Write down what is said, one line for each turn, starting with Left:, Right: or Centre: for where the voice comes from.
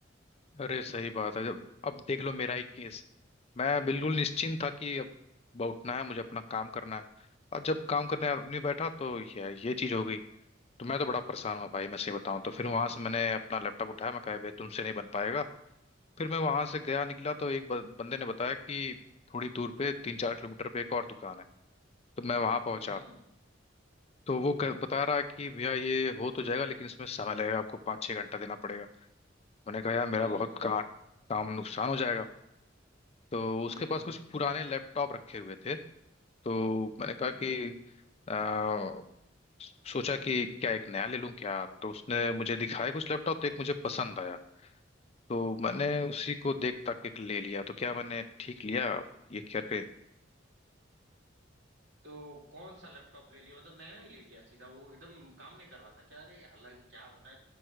Left: अरे सही बात है जब अब देख लो मेरा ही केस मैं बिल्कुल निश्चिंत था कि अब ब- उठना है मुझे अपना काम करना है और जब काम करने आदमी बैठा तो ये ये चीज हो गई तो मैं तो बड़ा परेशान हुआ भाई मैं सही बताऊं तो फिर वहां से मैंने अपना लैपटॉप उठाया मैं कहा भाई तुमसे नहीं बन पाएगा फिर मैं वहां से गया निकला तो एक ब- बंदे ने बताया कि थोड़ी दूर पे तीन चार किलोमीटर पे एक और दुकान है तो मैं वहां पहुंचा
Right: हम्म
Left: तो वो कह- बता रहा है कि भैया ये हो तो जाएगा लेकिन इसमें समय लगेगा आपको पाँच छः घंटा देना पड़ेगा मैंने कहा यार मेरा
Right: हम्म
Left: बहुत का, काम नुकसान हो जाएगा तो उसके
Right: हम्म
Left: पास
Right: हम्म हम्म
Left: कुछ पुराने लैपटॉप रखे हुए थे तो मैंने
Right: हम्म
Left: कहा कि आ, सोचा कि क्या एक नया ले लूं क्या तो उसने मुझे दिखाया कुछ लैपटॉप तो एक मुझे पसंद आया तो मैंने
Right: हम्म।
Left: उसी को देख तक एक ले लिया तो क्या मैंने ठीक लिया ये करके
Right: तो कौन सा लैपटॉप ले लिया मतलब नया ही ले लिया सीधा वो एकदम काम नहीं कर रहा था क्या अरे हालांकि क्या बताएं